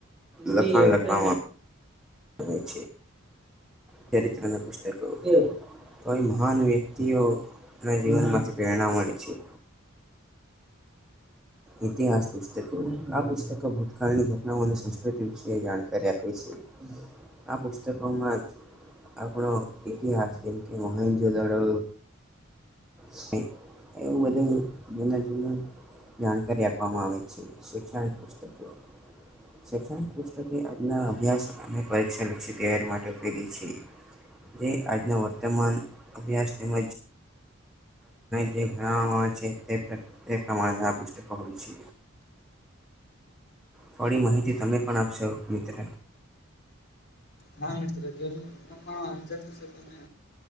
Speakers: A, in the centre; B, on the left.
A: લખા લખામાં બ છે. ચરિત્ર ના પુસ્તકો <unintelligible> તોઈ મહાન વ્યક્તિઓ ના જીવનમાંથી પ્રેરણા મળે છે. ઇતિહાસ પુસ્તકો આ પુસ્તકો ભૂતકાળની ઘટનાઓ અને સંસ્કૃતિ વિશે જાણકારી આપે છે. આ પુસ્તકો માં જ આપણો ઇતિહાસ જેમ કે મોહેન જો દદો શ એવું બધું જુદા જુદા જાણકારી આપવામાં આવે છે શૈક્ષણિક પુસ્તકો શૈક્ષણિક પુસ્તકે આજના અભ્યાસ અને પરીક્ષલક્ષી તૈયારી માટે ઉપયોગી છે. જે આજનો વર્તમાન અભ્યાસ તેમજ જે ઘ છે તે પ્રમાણે પુસ્તકો હોય છે. થોડી માહિતી તમે પણ આપશો મિત્ર
B: હા મિત્ર. <unintelligible> દિવસે તમે